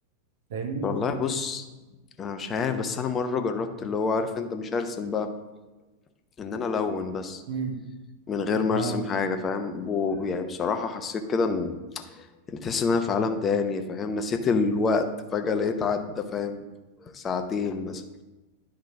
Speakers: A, on the right; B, on the left.
A: فاهمني
B: والله بص انا مش عارف بس انا مره جربت اللي هو عارف انت مش هرسم بقى ان انا الون بس
A: امم
B: من غير ما
A: اه
B: ارسم حاجه فاهم و- يعني بصراحه حسيت كده ان يعني تحس ان انا في عالم تاني فاهم نسيت الوقت فجاه لقيت عدى فاهم ساعتين مثلا